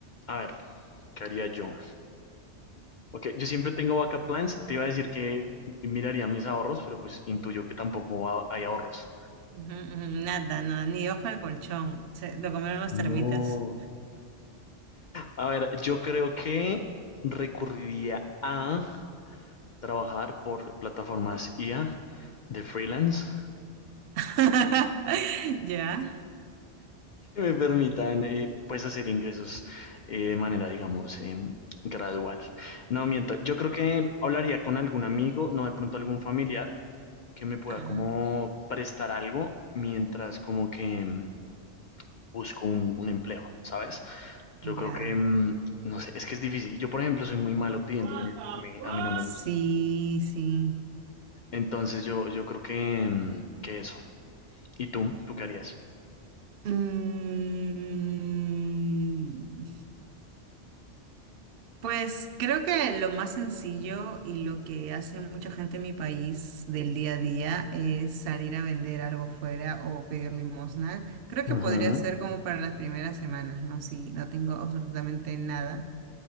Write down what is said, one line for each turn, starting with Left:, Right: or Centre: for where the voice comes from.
Left: A ver, ¿qué haría yo? Ok, yo siempre tengo backup plans. Te iba a decir que miraría mis ahorros, pero pues intuyo que tampoco ha- hay ahorros.
Right: Ujú, ujú, Nada, no, ni ojo de colchón, se- lo comieron las
Left: No.
Right: termitas.
Left: A ver, yo creo que recurriría a trabajar por plataformas I a de freelance
Right: <laughs> ¿Ya?
Left: que me permitan eh, pues hacer ingresos eh, de manera, digamos, eh, gradual. No, miento, yo creo que hablaría con algún amigo, no de pronto algún familiar que me pueda
Right: Ajá,
Left: como prestar algo mientras como que... busco un, un empleo, ¿sabes? Yo
Right: ya.
Left: creo que, mm, no sé, es que es difícil. Yo, por ejemplo, soy muy malo pidiendo
Right: What
Left: dinero.
Right: the
Left: A mí,
Right: fuck?
Left: a mí no me gusta.
Right: Sí, sí.
Left: Entonces, yo, yo creo que, mm, que eso. ¿Y tú? ¿Tú qué harías?
Right: Mm, Pues creo que lo más sencillo y lo que hace mucha gente en mi país del día a día es salir a vender algo fuera o pedir limosna. Creo que
Left: Ujú,
Right: podría ser como para las primeras semanas, ¿no? Si no tengo absolutamente nada.